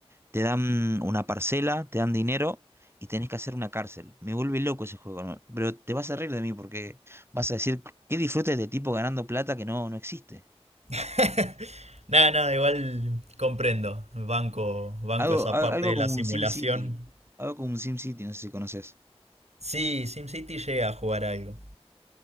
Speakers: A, on the right (about 20°); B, on the right (about 80°).
A: te dan una parcela, te dan dinero y tenés que hacer una cárcel. Me vuelve loco ese juego, ¿no? Pero te vas a reír de mí porque vas a decir, ¿qué disfruta este tipo ganando plata que no, no existe?
B: <laughs> Nada, nada, igual comprendo, banco, banco
A: Algo,
B: esa
A: al-
B: parte
A: algo
B: de
A: como
B: la simulación.
A: un Sim City algo como un Sim City no sé si conoces.
B: Sí, SimCity llega a jugar algo.